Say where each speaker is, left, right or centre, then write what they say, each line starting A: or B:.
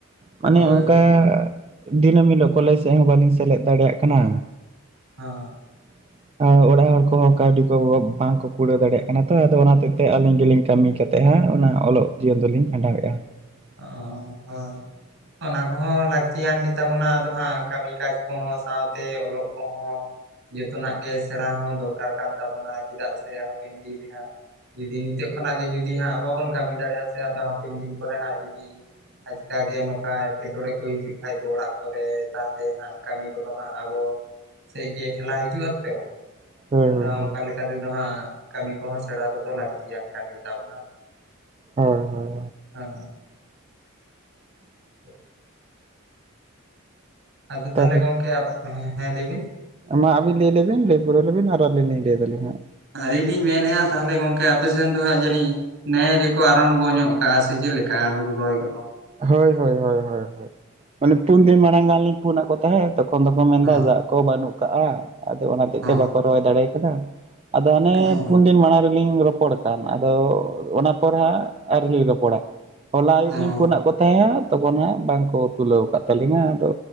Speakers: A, on the right; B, on the right.
A: ᱢᱟᱱᱮ
B: ᱦᱳᱭ
A: ᱚᱝᱠᱟ
B: ᱦᱳᱭ
A: ᱫᱤᱱᱟᱹᱢ ᱦᱤᱞᱳᱜ ᱠᱚᱞᱮᱡᱽ ᱥᱮᱜ ᱦᱚᱸ ᱵᱟᱞᱤᱧ ᱥᱮᱞᱮᱫ ᱫᱟᱲᱮᱭᱟᱜ ᱠᱟᱱᱟ᱾
B: ᱦᱚᱸ᱾
A: <inaudible> ᱟᱸ ᱚᱲᱟᱜ ᱦᱚᱲ ᱠᱚᱦᱚᱸ ᱠᱟᱣᱰᱤ ᱠᱚ ᱵᱟᱝᱠᱚ ᱠᱩᱲᱟᱹᱣ ᱫᱟᱲᱮᱭᱟᱜ ᱠᱟᱱᱟ ᱛᱚ ᱟᱫᱚ ᱚᱱᱟ ᱦᱚᱛᱮᱜ ᱛᱮ ᱟᱞᱤᱧ ᱜᱮᱞᱤᱧ᱾ ᱠᱟᱢᱤ ᱠᱟᱛᱮ ᱦᱟᱸᱜ ᱚᱱᱟ ᱚᱞᱚᱜ ᱡᱤᱭᱚᱱ ᱫᱚᱞᱤᱧ ᱠᱷᱟᱸᱰᱟᱣᱮᱜ-ᱟ᱾ <inaudible>
B: ᱚ ᱦᱳᱭ ᱚᱱᱟ ᱠᱚᱦᱚᱸ ᱞᱟᱠᱛᱤᱭᱟᱱ ᱜᱮᱛᱟᱵᱚᱱᱟ ᱟᱫᱚ ᱦᱟᱸᱜ ᱠᱟᱢᱤ ᱠᱟᱡᱽ ᱠᱚᱦᱚᱸ ᱥᱟᱶᱛᱮ ᱚᱞᱚᱜ ᱠᱚᱦᱚᱸ᱾ ᱡᱷᱚᱛᱚᱱᱟᱜ ᱜᱮ ᱥᱮᱸᱬᱟ ᱦᱚᱸ ᱫᱚᱨᱠᱟᱨ ᱠᱟᱱ ᱛᱟᱵᱚᱱᱟ ᱪᱮᱫᱟᱜ ᱥᱮ ᱦᱟᱯᱮᱱ ᱫᱤᱱ ᱨᱮ ᱦᱟᱸᱜ᱾ ᱡᱩᱫᱤ ᱱᱤᱛᱚᱜ ᱠᱷᱚᱱᱟᱜ ᱜᱮ ᱡᱩᱫᱤ ᱦᱟᱸᱜ ᱵᱟᱵᱚᱱ ᱠᱟᱢᱤ ᱫᱟᱲᱮᱜ-ᱟ ᱥᱮ ᱟᱫᱚ ᱦᱟᱯᱮᱱ ᱫᱤᱱ ᱠᱚᱨᱮ ᱦᱟᱸᱜ᱾
A: <inaudible>
B: ᱡᱩᱫᱤ ᱟᱪᱠᱟ ᱜᱮ ᱱᱚᱠᱟ ᱮᱸᱴᱠᱮᱴᱚᱬᱮ ᱠᱚ ᱦᱤᱡᱩᱜ ᱠᱷᱟᱡ ᱫᱚ ᱚᱲᱟᱜ ᱠᱚᱨᱮ ᱛᱟᱦᱞᱮ ᱦᱟᱸᱜ ᱠᱟᱢᱤ ᱠᱚᱫᱚ ᱦᱟᱸᱜ ᱟᱵᱚ᱾ ᱥᱮᱜ ᱜᱮ ᱴᱷᱮᱞᱟᱣ ᱦᱤᱡᱩᱜ ᱟ ᱛᱚ
A: ᱦᱳᱭ
B: ᱟᱫᱚ᱾
A: ᱦᱳᱭ ᱦᱳᱭ
B: ᱚᱠᱟ ᱞᱮᱠᱟᱛᱮᱫᱚ ᱦᱟᱸᱜ ᱠᱟᱢᱤ ᱠᱚᱦᱚᱸ ᱥᱮᱸᱬᱟ ᱠᱚᱫᱚ ᱞᱟᱠᱛᱤᱭᱟᱱ ᱠᱟᱱ ᱜᱮᱛᱟᱵᱚᱱᱟ᱾
A: ᱦᱳᱭ ᱦᱳᱭ
B: ᱦᱟᱸ᱾ <inaudible> ᱟᱫᱚ ᱛᱟᱦᱞᱮ
A: ᱛᱟᱦᱚᱞᱮ
B: ᱜᱚᱢᱠᱮ ᱟ ᱦᱮᱸ ᱞᱟᱹᱭ ᱵᱤᱱ᱾
A: ᱢᱟ ᱟᱵᱤᱱ ᱞᱟᱹᱭ ᱞᱮᱵᱤᱱ ᱞᱟᱹᱭ ᱯᱩᱨᱟᱹᱣ ᱞᱮᱵᱤᱱ ᱟᱨ ᱟᱞᱤᱧ ᱞᱤᱧ ᱞᱟᱹᱭ ᱫᱟᱞᱤᱧ ᱦᱟᱸᱜ᱾
B: ᱟᱞᱤᱧ ᱞᱤᱧ ᱢᱮᱱᱮᱜ-ᱟ ᱛᱟᱦᱞᱮ ᱜᱚᱝᱠᱮ ᱟᱯᱮᱥᱮᱱ ᱫᱚ ᱦᱟᱸᱜ ᱡᱟᱹᱱᱤᱡ᱾ ᱱᱮ ᱜᱮᱠᱚ ᱟᱨᱟᱢᱵᱚ ᱧᱚᱜ ᱠᱟᱜ-ᱟ ᱥᱮ ᱪᱮᱜ ᱞᱮᱠᱟ ᱦᱩᱲᱩ ᱨᱚᱦᱚᱭ ᱠᱚᱫᱚ᱾
A: ᱦᱳᱭ ᱦᱳᱭ ᱦᱳᱭ ᱦᱳᱭ ᱦᱳᱭ ᱢᱟᱱᱮ ᱯᱩᱱ ᱫᱤᱱ ᱢᱟᱲᱟᱝ ᱜᱟᱱ ᱞᱤᱧ ᱯᱷᱳᱱ ᱟᱜ ᱠᱚ ᱛᱟᱸᱦᱮ ᱛᱚᱠᱷᱚᱱ ᱫᱚᱠᱚ ᱢᱮᱱᱫᱟ
B: ᱦᱳᱭ
A: ᱫᱟᱜ᱾ ᱠᱚ ᱵᱟᱹᱱᱩᱜ ᱠᱟᱜ-ᱟ ᱟᱫᱚ ᱚᱱᱟ ᱦᱚᱛᱮᱡ
B: ᱦᱚᱸ
A: ᱛᱮ ᱵᱟᱠᱚ ᱨᱚᱦᱚᱭ ᱫᱟᱲᱮᱭ ᱠᱟᱫᱟ ᱟᱫᱚ ᱦᱟᱱᱮ
B: ᱚᱸ
A: ᱯᱩᱱ ᱫᱤᱱ ᱢᱟᱲᱟᱝ ᱨᱮ᱾ ᱞᱤᱧ ᱨᱚᱯᱚᱲ ᱠᱟᱱ ᱟᱫᱚ ᱚᱱᱟ ᱯᱚᱨ ᱦᱟᱸᱜ ᱟᱣᱨᱤᱞᱤᱧ ᱨᱚᱯᱚᱲᱟ ᱦᱚᱞᱟ ᱟᱭᱩᱵ
B: ᱚᱸ
A: ᱞᱤᱧ᱾ ᱠᱚᱛᱷᱟᱭᱟ ᱛᱚᱠᱷᱚᱱ ᱦᱟᱸᱜ ᱵᱟᱝᱠᱚ ᱛᱩᱞᱟᱹᱣ ᱟᱠᱟᱫ ᱛᱟᱞᱤᱧᱟ ᱟᱫᱚ